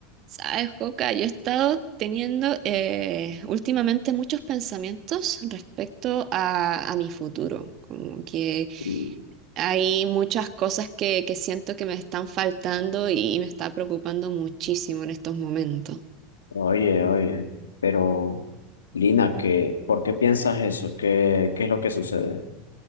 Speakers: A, on the right; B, on the left.
A: Sabes, Joca, yo he estado teniendo eh, últimamente muchos pensamientos respecto a, a mi futuro, como que
B: Mm,
A: hay muchas cosas que, que siento que me están faltando y me está preocupando muchísimo en estos momentos.
B: Oye, oye, pero Lina, ¿qué, por qué piensas eso? ¿Qué, qué es lo que sucede?